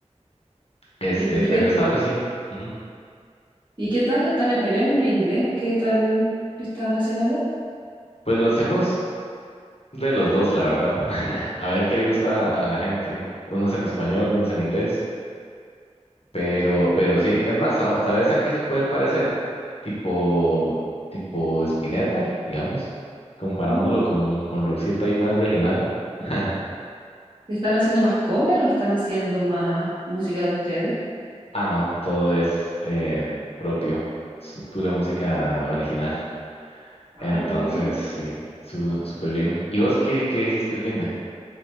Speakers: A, on the left; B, on the right.
A: este,
B: ¿Y,
A: pero
B: re-
A: es algo así. Ujú.
B: ¿y qué tal? ¿Están en español, en inglés? ¿Qué tal están haciéndolo?
A: Pues lo hacemos de los dos, la verdad. <laughs> A ver qué le gusta a la gente. Unos en español, unos en inglés. Pero, pero sí, es más, sa- ¿sabes a qué se puede parecer? Tipo, tipo Spinetta, digamos, comparándolo
B: Oh, ya.
A: con, con Roxito ahí más regional. <laughs>
B: ¿Están haciendo más cover o están haciendo más música de ustedes?
A: Ah, no, todo es eh, propio, es pura música original.
B: Ah,
A: Entonces,
B: muy bien.
A: sí, su- súper bien. ¿Y vos qué, qué hiciste el fin de?